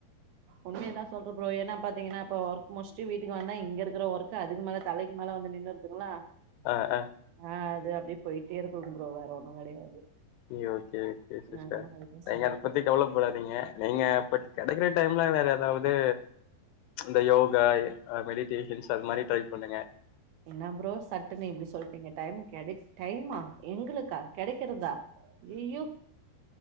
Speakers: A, on the right; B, on the left.
A: உண்மையதா சொல்ற ப்ரோ ஏன்னா பாத்தீங்கனா இப்போ ஒர்க் முடிச்சுட்டு வீட்டுக்கு வந்தா இங்க இருக்குற ஒர்க்கு அதுக்கு மேல தலைக்கு மேல வந்து நின்னுருதுங்களா
B: ஆ ஆ
A: ஆ அது ப்டியே போயிட்டே இருக்குங் ப்ரோ வேற ஒன்னு கெடையாது
B: <unintelligible> சேர் செரி சிஸ்டர்
A: ஆ அதுதா
B: நீங்க
A: சொன்னே
B: அத பத்தி கவலப்படாதீங்க நீங்க பட் கெடைக்கற டைம்ல வேற எதாவுது இந்த யோகா அ மெடிடேஷன்ஸ் அது மாரி ட்ரை பண்ணுங்க
A: என்ன ப்ரோ சட்டுனு இப்டி சொல்ட்டீங்க டைம் கெடை டைமா எங்குளுக்கா கெடைக்கிறதா யெய்யோ